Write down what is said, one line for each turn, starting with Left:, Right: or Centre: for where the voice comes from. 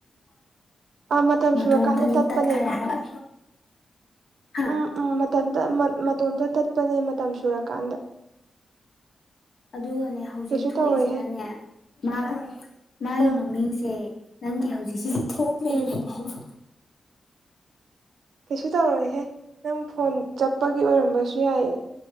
Right: ꯑꯥ ꯃꯇꯝ
Left: ꯃ
Right: ꯁꯨꯔꯀꯥꯟꯗ
Left: ꯇꯣꯝꯇ ꯅꯠ
Right: ꯇꯠꯄꯅꯦ
Left: ꯇ ꯈꯔꯦ ꯍꯥꯏ ꯍꯥ
Right: ꯎꯝ ꯎꯝ ꯃꯇꯝꯇ ꯃꯇꯣꯝꯇ ꯇꯠꯄꯅꯦ ꯃꯇꯝ ꯁꯨꯔꯀꯥꯟꯗ
Left: ꯑꯗꯨꯗ ꯑꯅꯦ ꯍꯧꯖꯤꯛ
Right: ꯀꯩꯁꯨ
Left: ꯊꯣꯛꯏꯁꯤꯅꯅꯦ
Right: ꯇꯧꯔꯣꯏꯍꯦ
Left: ꯃꯥ ꯃꯥꯒꯤ
Right: ꯑꯥ
Left: ꯃꯃꯤꯡꯁꯦ ꯅꯪꯒꯤ ꯍꯧꯖꯤꯛꯁꯦ ꯊꯨꯄ ꯃꯍ
Right: ꯎꯝ
Left: ꯂꯩꯒꯕ
Right: ꯀꯩꯁꯨ ꯇꯧꯔꯣꯏꯍꯦ ꯅꯪ ꯐꯣꯟ ꯆꯠꯄꯒꯤ ꯑꯣꯏꯔꯝꯕꯁꯨ ꯌꯥꯏꯌꯦ